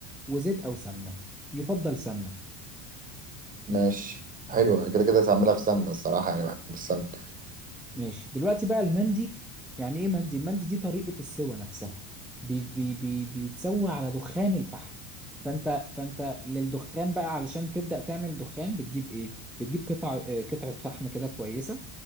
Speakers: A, in the centre; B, on the right.
A: وزيت او سمنة يفضل سمنة
B: ماشي حلوة كده كده هتعملها في سمنة الصراحة يعني بحب السمك
A: ماشي دلوقتي بقى المندي يعني ايه مندي المندي دي طريقة السوى نفسها بي بي بي بيتسوى على دخان الفحم فانت فانت للدخان بقى علشان تبدأ تعمل دخان بتجيب ايه بتجيب قطع اه، قطعة فحم كده كويسة